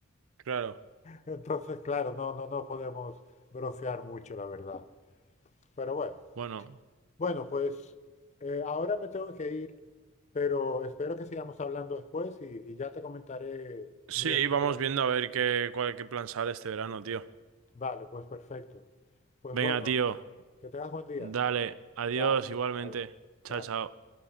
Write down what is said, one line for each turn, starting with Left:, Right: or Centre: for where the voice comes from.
Right: claro.
Left: Entonces, claro, no, no, no podemos brofear mucho, la verdad. Pero bueno,
Right: Bueno.
Left: bueno, pues eh, ahora me tengo que ir, pero espero que sigamos hablando después y, y ya te comentaré
Right: Sí,
Left: mi decisión.
Right: vamos viendo a ver qué, cuál, qué plan sale este verano, tío.
Left: Vale, pues perfecto. Pues
Right: Venga,
Left: bueno,
Right: tío,
Left: que tengas buen día.
Right: dale, adiós
Left: Chao.
Right: igualmente.
Left: Ad-
Right: Chao,
Left: Chao.
Right: chao.